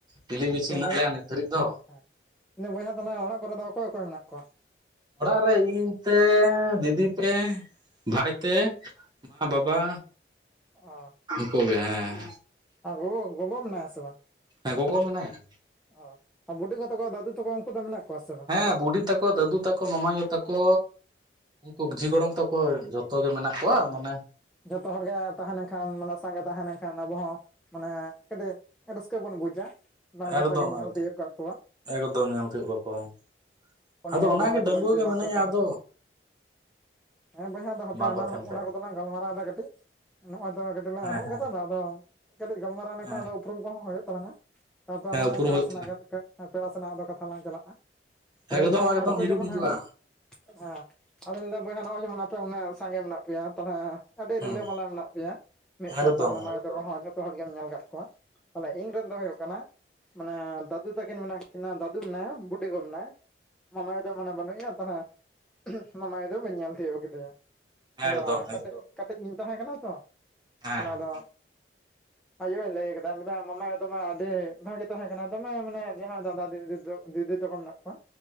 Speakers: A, on the right; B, in the centre.
A: ᱯᱤᱞᱤ
B: ᱦᱮᱸ
A: ᱵᱤᱪᱷᱤ
B: ᱞᱮᱫᱟᱹᱧ
A: ᱦᱮᱱᱟᱜ
B: ᱵᱚᱭᱦᱟ
A: ᱞᱮᱭᱟ ᱱᱤᱛ ᱫᱷᱟᱹᱨᱤᱡ ᱫᱚ
B: ᱦᱮᱸ ᱞᱮᱫᱟᱹᱧ ᱵᱚᱭᱦᱟ ᱛᱟᱦᱞᱮ ᱚᱲᱟᱜ ᱠᱚᱨᱮ ᱫᱚ ᱚᱠᱚᱭ ᱚᱠᱚᱭ ᱢᱮᱱᱟᱜ ᱠᱚᱣᱟ?
A: ᱚᱲᱟᱜ ᱨᱮ ᱤᱧ ᱛᱮ ᱫᱤᱫᱤ ᱛᱮ ᱵᱷᱟᱭ ᱛᱮ ᱢᱟ ᱵᱟᱵᱟ
B: ᱚ
A: ᱠᱚᱜᱮ ᱦᱮᱸ᱾
B: ᱟᱨ ᱜᱚ ᱜᱚᱜᱚ ᱢᱮᱱᱟᱭᱟ ᱥᱮ ᱵᱟᱝ?
A: ᱦᱮᱸ ᱜᱚᱜᱚ ᱢᱮᱱᱟᱭᱟ᱾
B: ᱚ ᱟᱨ ᱵᱩᱰᱤ ᱜᱚ ᱛᱟᱠᱚ ᱫᱟᱫᱩ ᱛᱟᱠᱚ ᱩᱱᱠᱩ ᱫᱚ ᱢᱮᱱᱟᱜ ᱠᱚᱣᱟ ᱥᱮ ᱵᱟᱝ?
A: ᱦᱮᱸ ᱵᱩᱰᱤ ᱛᱟᱠᱚ ᱫᱟᱹᱫᱩ ᱛᱟᱠᱚ ᱢᱟᱢᱟᱭᱳ ᱛᱟᱠᱚ ᱩᱱᱠᱩ ᱡᱷᱤ ᱜᱚᱲᱚᱢ
B: ᱚ
A: ᱛᱟᱠᱚ ᱟᱨ ᱡᱚ ᱛᱚ ᱜᱮ ᱢᱮᱱᱟᱜ ᱠᱚᱣᱟ,
B: ᱦᱮᱸ ᱦᱮᱸ
A: ᱢᱟᱱᱮᱼᱼ
B: ᱡᱚᱛᱚ ᱦᱚᱲ ᱜᱮ ᱛᱟᱦᱮᱸ ᱞᱮᱱᱠᱷᱟᱱ ᱢᱟᱱᱮ ᱥᱟᱸᱜᱮ ᱛᱟᱦᱮᱸ ᱞᱮᱱᱠᱷᱟᱱ ᱟᱵᱚ ᱦᱚᱸ ᱢᱟᱱᱮ ᱠᱟᱹᱴᱤᱡ ᱨᱟᱹᱥᱠᱟᱹ ᱵᱚᱱ ᱵᱩᱡᱟ᱾ ᱵᱟᱝ ᱡᱷᱚᱛᱚ
A: ᱮᱠᱫᱚᱢ
B: ᱜᱤᱧ ᱧᱮᱞ
A: ᱮᱠᱫᱚᱢ
B: ᱛᱤᱭᱳᱜ ᱠᱟᱜ ᱠᱚᱣᱟ᱾
A: ᱮᱠᱫᱚᱢ ᱧᱮᱞ ᱛᱤᱭᱳᱜ ᱠᱟᱠᱚᱣᱟᱢ
B: ᱩᱱᱤᱭᱟᱹ
A: ᱟᱫᱚ ᱚᱱᱟᱜᱮ
B: ᱵᱚᱰᱟᱭ ᱛᱟᱠᱚ
A: ᱰᱟᱺᱜᱩᱣᱟᱹ
B: ᱡᱩᱫᱤ
A: ᱜᱮ
B: ᱵᱟᱝᱠᱚ
A: ᱢᱤᱱᱟᱹᱧᱟ
B: ᱛᱟᱦᱮᱱᱟ,
A: ᱟᱫᱚ
B: ᱦᱮᱸ ᱵᱚᱭᱦᱟ ᱫᱚ ᱦᱟᱼᱼ <unintelligible>
A: ᱵᱟᱝᱠᱚ ᱛᱟᱦᱮᱱ ᱠᱷᱟᱡ
B: ᱚᱱᱟ ᱠᱚᱫᱚᱞᱟᱝ ᱜᱟᱞᱢᱟᱨᱟᱣ ᱮᱫᱟ ᱠᱟᱹᱴᱤᱡ ᱱᱚᱜᱼᱚᱭ ᱛᱚ ᱠᱟᱹᱴᱤᱡ
A: ᱦᱮᱸ
B: ᱮᱦᱚᱵ
A: ᱦᱮᱸ
B: ᱠᱟᱫᱟ ᱟᱫᱚᱼᱼ ᱠᱟᱹᱴᱤᱡ ᱜᱟᱞᱢᱟᱨᱟᱣ ᱞᱮᱱᱠᱷᱟᱱ
A: ᱦᱮᱸ
B: ᱟᱫᱚ ᱩᱯᱨᱩᱢ ᱠᱚᱦᱚᱸ ᱦᱩᱭᱩᱜ ᱛᱟᱞᱟᱝᱼᱟ᱾ ᱛᱟᱯᱚᱨ ᱟᱫᱚ
A: ᱦᱮᱸ ᱩᱯᱨᱩᱢ
B: ᱯᱮᱲᱟ
A: ᱦᱩᱭᱩᱜ
B: ᱥᱟᱞᱟᱜ
A: ᱛᱟᱢᱟ
B: <unintelligible> ᱦᱮᱸ ᱯᱮᱲᱟ ᱥᱮᱱᱟᱜ ᱟᱫᱚ ᱠᱟᱛᱷᱟ ᱵᱟᱝ ᱪᱟᱞᱟᱜᱼᱟ ᱾ᱟᱫᱚ
A: ᱮᱠᱫᱚᱢ
B: ᱞᱟᱹᱭ ᱫᱟ ᱱᱚᱜᱼᱚᱭ
A: ᱮᱠᱫᱚᱢ
B: ᱱᱤᱛᱚᱜ
A: ᱦᱤᱨᱤᱢ
B: ᱡᱮᱢᱚᱱ
A: ᱦᱤᱡᱩᱜᱼᱟ
B: ᱦᱟᱸᱜᱼᱼ ᱦᱮᱸ ᱟᱫᱚᱧ ᱞᱟᱹᱭᱮᱜᱼᱟ, ᱵᱚᱭᱦᱟ ᱱᱚᱜᱼᱚᱭ ᱡᱮᱢᱚᱱ ᱟᱯᱮ ᱩᱱᱟᱹᱜ ᱥᱟᱸᱜᱮ ᱢᱮᱱᱟᱜ ᱯᱮᱭᱟ ᱛᱟᱦᱚᱞᱮᱼᱼ ᱟᱹᱰᱤ ᱨᱤᱞᱟᱹᱢᱟᱞᱟ
A: ᱦᱩᱸ
B: ᱢᱮᱱᱟᱜ ᱯᱮᱭᱟ᱾ ᱢᱤᱫ ᱥᱟᱱᱛᱟᱲ
A: ᱮᱠᱫᱚᱢ
B: ᱢᱟᱢᱟᱭᱩ ᱛᱟᱠᱚ ᱦᱚᱸ ᱡᱚᱛᱚ ᱦᱚᱲ ᱜᱮᱢ ᱧᱮᱞ ᱟᱠᱟᱫ ᱠᱚᱣᱟ᱾ ᱛᱟᱦᱚᱞᱮ ᱤᱧ ᱨᱮᱱ ᱫᱚ ᱦᱩᱭᱩᱜ ᱠᱟᱱᱟᱼᱼ ᱢᱟᱱᱮ ᱫᱟᱫᱩ ᱛᱟᱹᱠᱤᱱ ᱢᱮᱱᱟᱜ ᱠᱤᱱᱟ, ᱫᱟᱫᱩ ᱢᱮᱱᱟᱭᱟ ᱵᱩᱴᱤ ᱜᱚ ᱢᱮᱱᱟᱭᱟ᱾ ᱢᱟᱢᱟᱭᱩ ᱫᱚ ᱢᱟᱱᱮ ᱵᱟᱹᱱᱩᱜ ᱮᱭᱟ ᱛᱟᱦᱚᱞᱮ ᱢᱟᱢᱟᱭᱩ ᱫᱚ ᱵᱟᱹᱧ ᱧᱮᱞ ᱛᱤᱭᱳᱜ ᱠᱮᱫᱮᱭᱟ᱾ ᱟᱫᱚ
A: ᱮᱠᱫᱚᱢ ᱦᱮᱸ
B: ᱠᱟᱹᱴᱤᱡ ᱠᱟᱹᱴᱤᱡ ᱤᱧ ᱛᱟᱦᱮᱸ ᱠᱟᱱᱟ ᱛᱚ,
A: ᱦᱮᱸ
B: ᱛᱟᱦᱚᱞᱮ ᱟᱫᱚᱼᱼ ᱟᱭᱳᱭ ᱞᱟᱹᱭ ᱟᱠᱟᱫᱟ, ᱢᱮᱱᱫᱟ ᱢᱟᱢᱟᱭᱩ ᱫᱚᱢᱮ ᱟᱹᱰᱤ ᱵᱷᱟᱜᱤ ᱛᱟᱦᱮᱸ ᱠᱟᱱᱟ ᱫᱚᱢᱮ ᱢᱟᱱᱮ ᱡᱟᱦᱟᱸᱭ ᱫᱟᱫᱟ ᱫᱤᱫᱤ ᱛᱟᱠᱚ ᱫᱤᱫᱤᱼᱼ ᱛᱟᱠᱚ ᱢᱮᱱᱟᱜ ᱠᱚᱣᱟ,